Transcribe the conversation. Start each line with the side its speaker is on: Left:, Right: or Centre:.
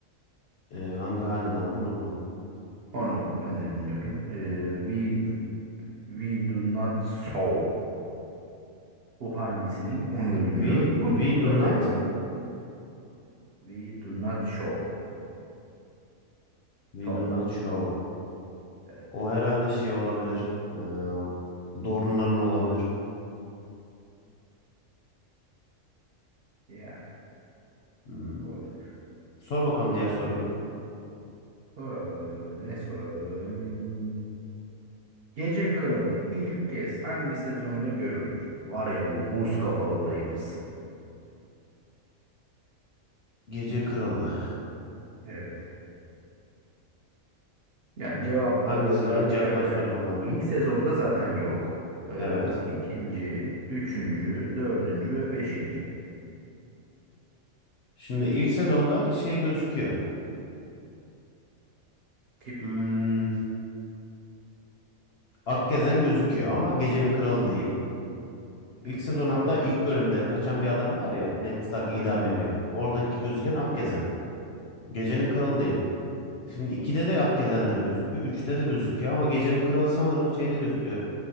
Left: e, hangi hanedanda unuttum.
Right: Onu ben de bilmiyorum. Eee, we We do not sow. Bu hangisinin? Onu da bilmiyorum.
Left: We,
Right: Bu
Left: we
Right: cevapları
Left: do not,
Right: da yanına. We do not show.
Left: we
Right: So.
Left: do not show.
Right: Evet.
Left: O herhalde şey olabilir. E, Dorne'ların olabilir.
Right: Yani
Left: Hmm.
Right: olabilir.
Left: Sor bakalım diğer soruyu.
Right: Soralım. Ne soralım? Gece Kralı ilk kez hangi sezonda görülür? Var ya bu buz kafalı dayımız.
Left: Gece Kralı.
Right: Evet. Yani cevapları
Left: Hangi sezonun?
Right: da
Left: Cevapları
Right: şöyle
Left: söyle
Right: yazdım.
Left: bakalım
Right: İlk
Left: bir.
Right: sezonda zaten yok. Ee,
Left: Evet.
Right: ikinci, üçüncü, dördüncü ve beşinci.
Left: Şimdi ilk sezonda şey gözüküyor.
Right: Kim?
Left: Hmm, Akgezen gözüküyor ama Gecenin Kralı değil. İlk
Right: Yani,
Left: sezon
Right: ve
Left: hatta
Right: o.
Left: ilk bölümde kaçan bir adam var ya. Ned Stark idam
Right: Hı hı.
Left: ediyor. Oradaki gözüken Akgezen.
Right: Evet.
Left: Gecenin Kralı değil. Şimdi 2'de de ak gezenler gözüküyor. üçte de gözüküyor ama gecenin kralı sanırım şeyde gözüküyor.